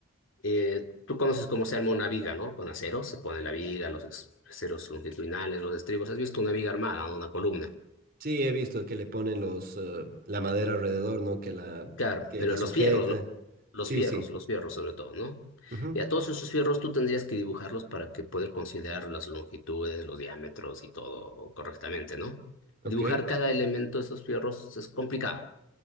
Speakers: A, on the left; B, on the right.
A: Eh, tú conoces cómo se arma una viga, ¿no? Con aceros, se pone la viga, los es- aceros longitudinales, los estribos. ¿Has visto una viga armada, no? Una columna.
B: Sí, he visto que le ponen los, eh, la madera alrededor, ¿no? Que la,
A: Claro,
B: que
A: pero
B: la sujeta.
A: los fierros, lo- los
B: Sí,
A: fierros,
B: sí.
A: los fierros sobre todo, ¿no?
B: Ujú,
A: Y a todos esos fierros tú tendrías que dibujarlos para que poder considerar las longitudes, los diámetros y todo correctamente, ¿no?
B: Ok.
A: Y dibujar cada elemento de esos fierros es complicado.